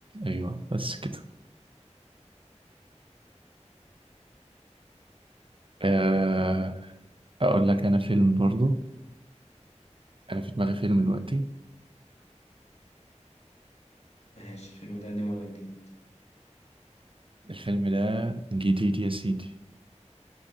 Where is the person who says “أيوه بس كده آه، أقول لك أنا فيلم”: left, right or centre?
Right